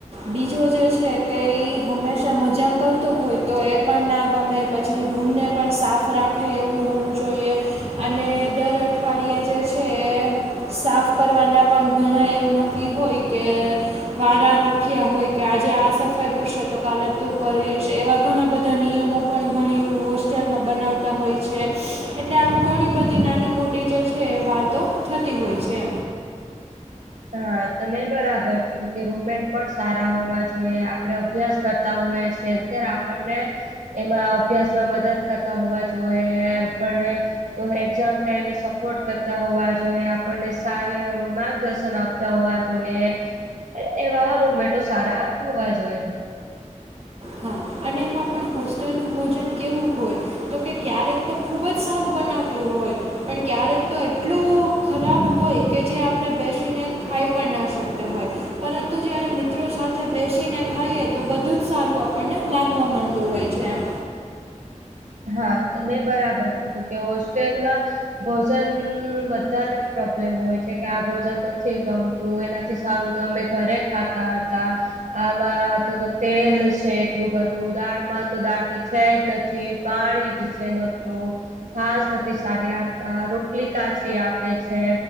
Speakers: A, on the right; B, on the right.
A: બીજો જે છે કે એ હંમેશા મજાક કરતો હોય તો એ પણ ના ગમે પછી રૂમને પણ સાફ રાખે એવું હોવું જોઈએ. અને દર અઠવાડિયે જે છે એ સાફ કરવાના પણ ઘણા એવું નક્કી હોય કે. વારા રાખ્યા હોય કે આજે આ સફાઈ કરશે તો કાલે તું કરીશ એવા ઘણા બધા નિયમો પણ ઘણી વોસ. હોસ્ટેલમાં બનાવતા હોય છે એટલે આવું ઘણી બધી નાની મોટી જે છે એ વાતો થતિ હોય છે.
B: હા તમે બરાબર કીધું કે રૂમમેટ પણ સારા હોવા જોઈએ આપડણે અભ્યાસ કરતા હોય છે ત્યારે આપણને એમાં અભ્યાસમાં મદદ કરતા હોવા જોઈએ એમ પણ એક્ઝામ ટાઈમે એ સપોર્ટ કરતા હોવા જોઈએ આપણને સ મા દર્શન આપતા હોવા જોઈએ, એવા રૂમેટો સારા હોવા જોઈએ.
A: હા અને એમાં પણ હોસ્ટેલનું ભોજન કેવું હોય. તો કે ક્યારેક તો ખૂબ જ સાદ બનાવીવી હોય. પણ ક્યારેક તો એટલું ખરાબ હોય કે જે આપણે બેસીને ખાઈ પણ ના શકતા હોય. પરંતુ જયારે મિત્રો સાથે બેસીને ખાઈએ તો બધું જ સારું આપણને લાગવા માંતું હોય છે એમ.
B: હા ત મેં બરાબર કીધું કે હોસ્ટેલમાં ભોજન ન બધાને પ્રોબ્લેમ હોય છે કે આ ભોજન નથી ગમતું એના સંગુ તો અમે ઘરે ખાતા હતા. આમાં તો કે તેલ છે એટલું બધું દાળમાં તો દાળ તો છે જ નથી. પાણી જે છે નકરું. છાસ નથી સારી આપતા રોટલી કાચી આપે છે.